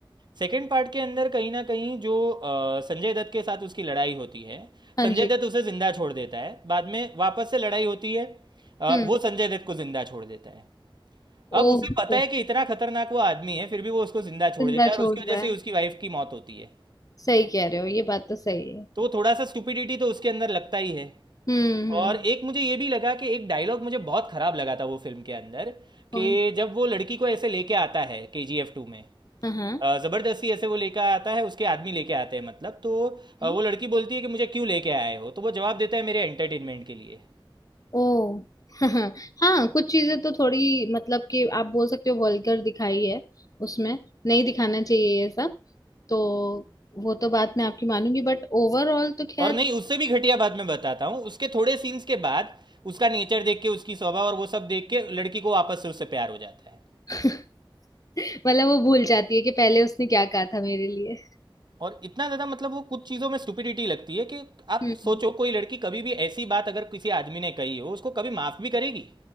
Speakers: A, on the right; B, on the left.
A: सेकंड पार्ट के अंदर कहीं न कहीं जो अ, संजय दत्त के साथ उसकी लड़ाई होती है,
B: हाँ
A: संजय
B: जी
A: दत्त उसे ज़िंदा छोड़ देता है, बाद में वापस से लड़ाई होती है, अ,
B: हम्म
A: वो संजय दत्त को ज़िंदा छोड़ देता है। अब
B: ओह
A: उसे पता
B: ओह,
A: है कि इतना खतरनाक वो आदमी है फिर भी वो उसको जिंदा छोड़
B: जिंदा
A: देता है
B: छोड़
A: और उसकी
B: रहा
A: वजह से
B: है
A: ही उसकी वाइफ की मौत होती है
B: सही कह रहे हो ये बात तो सही है
A: तो थोड़ा सा स्टुपिडिटी तो उसके अंदर लगता ही है
B: हम्म हम्म
A: और एक मुझे ये भी लगा कि एक डायलॉग मुझे बहुत खराब लगा था वो फिल्म के अंदर
B: कौन
A: कि जब वो लड़की को ऐसे लेके आता है के जी एफ टू में
B: हाँ हाँ
A: अ, जबरदस्ती ऐसे वो लेके आता है उसके आदमी लेके आते हैं मतलब तो अ,
B: हम्म,
A: वो लड़की बोलती है कि मुझे क्यों लेके आए हो तो वो जवाब देता है मेरे एंटरटेनमेंट के लिए
B: ओ <laughs> हाँ हाँ कुछ चीजें तो थोड़ी मतलब कि आप बोल सकते हो वल्गर दिखाई है उसमें नहीं दिखाना चाहिए ये सब तो वो तो बात मैं आपकी मानूंगी बट ओवरऑल तो खैर
A: और नहीं उससे भी घटिया बाद में बताता हूँ उसके थोड़े सीन्स के बाद उसका नेचर देख के उसकी स्वभाव और वो सब देख के लड़की को वापस से उससे प्यार हो जाता है
B: <laughs> मतलब वो भूल जाती है कि पहले उसने क्या कहा था मेरे लिए
A: और इतना ज़्यादा मतलब वो कुछ चीज़ों में स्टुपिडिटी लगती है कि आप
B: हम्म
A: सोचो कोई लड़की कभी भी ऐसी बात अगर किसी आदमी ने कही हो उसको कभी माफ़ भी करेगी